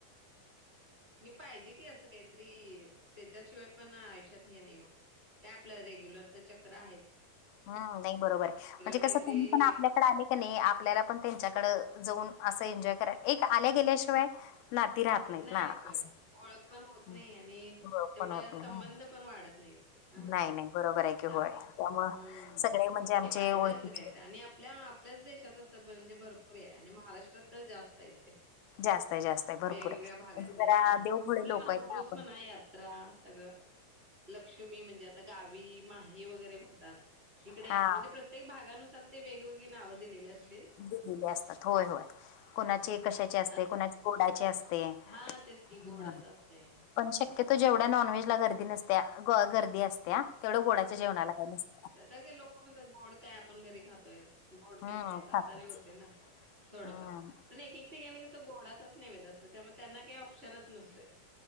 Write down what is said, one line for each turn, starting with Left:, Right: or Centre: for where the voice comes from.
Right: नी पाहिजे की असं काहीत री त्याच्याशिवाय पण आयुष्यात हे नाही काय आपलं रेग्युलर, तो चक्र आ
Left: हम्म नाही बरोबर ये म्हणजे कस
Right: काहीतरी
Left: त्यांही पण आपल्याकडं
Right: हे
Left: आले, क नाही आपल्याला पण त्यांच्याकड जाऊन असं एन्जॉय करा एक आल्या गेल्याशिवाय, नाती राहत नाहीत
Right: नाही
Left: ना
Right: होय
Left: असं
Right: ओळख पण होत
Left: हम्म.
Right: नाही आणि
Left: हो,
Right: तेवढा
Left: पण होत नाही
Right: संबंध
Left: हं.
Right: पण वाढत नाहीत. अ
Left: नाही नाही बरोबर आहे की
Right: त्यामु
Left: होय
Right: हम्म
Left: त्यामुळं सगळे म्हणजे आमचे
Right: नाही पाहिजे
Left: ओळखीचे
Right: असं कायच आणि आपल्या? आपल्याच देशात असं म्हणजे भरपूर आहे आणि महाराष्ट्रात तर जास्त आहे तेे?
Left: जास्तय जास्त आहे भरपूर
Right: वेगवेगळ्या
Left: आहे
Right: भागातनी
Left: म्हणजे जरा
Right: हा
Left: देवभोळे
Right: कुठलं
Left: लोक
Right: पण उरूस
Left: आहेत ना आपण
Right: म्हणा यात्रा सगळं. लक्ष्मी म्हणजे आता गावी माही वगैरे म्हणतात इकडे
Left: हा
Right: यात्रा म्हणजे प्रति प्रत्येक भागा नुसार वेगवेगळी नावं दिलेली अस
Left: दिलेले असतात होय होय कुणाचे कशाचे असते
Right: असं
Left: कुणाचे कोडाचे असते.
Right: हां
Left: ते
Right: तेच की
Left: ह.
Right: गोडाच असतंय.
Left: पण शक्यतो जेवढ्या नॉनव्हेज ला गर्दी नसत्या ग गर्दी असत्या. तेवढं गोडाच्या जेवणाला काय नसत
Right: का <unintelligible> लोक म्हण गोड काय आपण घरी खातोयच? गोड
Left: हम्म
Right: काय खायचं अस
Left: खातच
Right: आणि नाही हुतय ना थोडंफार
Left: हम्म
Right: पण एक एक ठिकाणी कसं गोडाच नेव्यध असतो. तर त्यामुळे त्यांना काही ऑप्शनच नसतोय